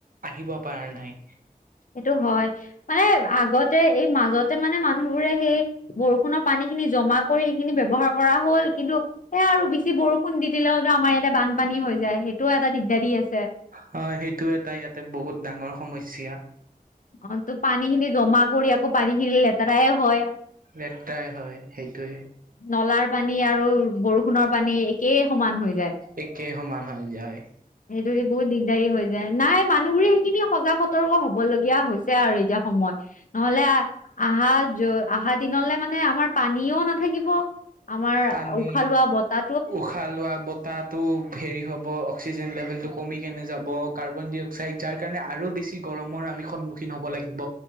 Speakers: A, on the right (about 65°); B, on the left (about 60°).
A: আহিব পাৰা নাই
B: সেইটো হয় মানে আগতে এই মাজতে মানে মানুহবোৰে সেই বৰষুণৰ পানী খিনি জমা কৰি সেইখিনি ব্যয়ৱহাৰ কৰা হ'ল কিন্তু সেয়া আৰু বেছি বৰষুণ দি দিলে হতো আমাৰ ইয়াতে বানপানী। হৈ যায় সেইটোও এটা দিগদাৰিয়ে।
A: হয় সেইটো এটা ইয়াতে বহুত ডাঙৰ সমস্যা।
B: অ তো পানী খিনি জমা কৰি আকৌ পানী খিনি লেতেৰাই হয়।
A: লেতেৰাই হয় সেইটোৱে
B: নলাৰ পানী আৰু বৰষুণৰ পানী একেই। সমান হৈ যায়
A: একেই সমান হৈ যায়
B: যদি বহুত দিগদাৰি হৈ যায় নাই মানুহ বোৰে সেইখিনি সজাগ সতৰ্ক হব লগীয়া হৈছে আৰু এতিয়া সময়। নহলে অহা য অহা দিনলে মানে আমাৰ পানীও নাথাকিব। আমাৰ
A: পানী
B: উখ লোৱা বতাহ।
A: উশাহ লোৱা বতাহটো হেৰি হ'ব অক্সিজেন লেভেল টো কমি। কেনে যাব কাৰ্বন ডি অক্সাইড যাৰ কাৰণে আৰু বেছি গৰমৰ আমি সন্মুখীন হব লাগিব।